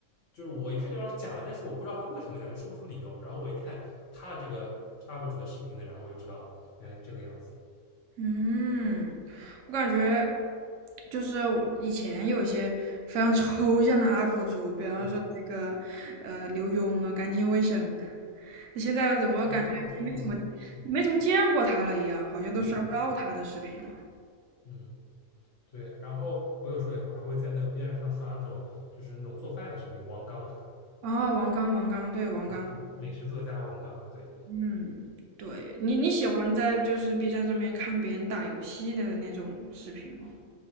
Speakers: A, on the left; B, on the right.
A: 就是我一看就知道是假的，但是我不知道他为什么假，就说不出理由。然后我一看他的这个 UP 主的视频呢，然后我就知道哦，原来是这个样子。
B: 嗯，我感觉就是我以前有一些非常抽象的 UP 主，比方说那个呃刘墉啊，
A: 嗯，
B: 干净卫生，那现在怎么感觉没怎么
A: 啊，嗯，对对对，是的，
B: 没怎么见过他了一样，好像都刷不到他的视频了。
A: 嗯嗯嗯。对，然后我有时候也会还会在那个 B 站上刷那种就是那种做饭的视频，王刚，
B: 哦，王刚，王刚，对，王刚，
A: 嗯，美食作家王刚，对，
B: 嗯，对你你喜欢在就是 B 站上面看别人打游戏的那种视频吗？